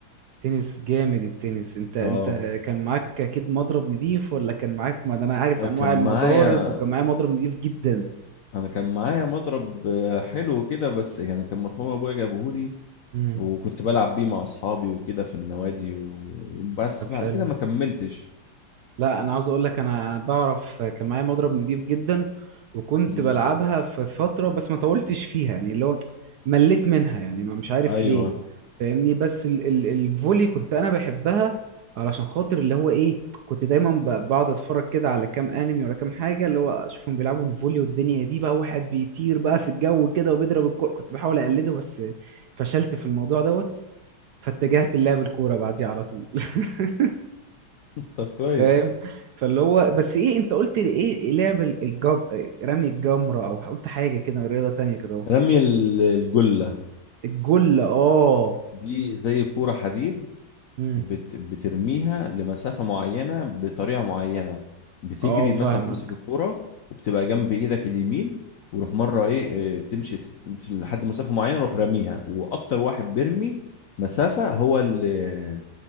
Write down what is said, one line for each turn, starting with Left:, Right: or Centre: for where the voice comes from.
Right: تنس جامد التنس انت انت
Left: اه
Right: كان معاك اكيد مضرب نضيف ولا كان معاك ما ده انا عارف انواع
Left: كان معايا
Right: المضارب وكان معايا مضرب نضيف جدا
Left: انا كان معايا مضرب آه، حلو كده بس يعني كان مرحوم ابويا جابهولي
Right: مم.
Left: وكنت بلعب بيه مع اصحابي وكده في النوادي و... بس
Right: طب
Left: بعد
Right: حلو
Left: كده ما كملتش
Right: لا انا عاوز اقول لك انا بعرف كان معايا مضرب نضيف جدا وكنت
Left: امم
Right: بلعبها في فتره بس ما طولتش فيها يعني اللي هو مليت منها يعني ما مش عارف
Left: ايوه
Right: ليه فاهمني بس ال ال الفولي كنت انا بحبها علشان خاطر اللي هو ايه كنت دايما ب- بقعد اتفرج كده على كام انمي ولا كام حاجه اللي هو اشوفهم بيلعبوا الفولي والدنيا دي بقى واحد بيطير بقى في الجو كده وبيضرب الكوره كنت بحاول اقلده بس فشلت في الموضوع دوت فاتجهت للعب الكوره بعديها على طول <laughs>
Left: طب كويس
Right: فاهم فاللي هو بس ايه انت قلت لي ايه لعب ال- الجب رمي الجمرة او قلت حاجة كده رياضة تانية كده اهو
Left: رمي ال- الجلة
Right: الجل اه
Left: دي زي كورة حديد
Right: امم
Left: بت... بترميها لمسافة معينة بطريقة معينة بتجري
Right: اه فاهمك
Left: مثلا بتمسك الكورة وبتبقى جنب ايدك اليمين وروح مرة ايه إيه، تمشي تت- تمشي لحد مسافة معينة روح راميها واكتر واحد بيرمي مسافة هو اللي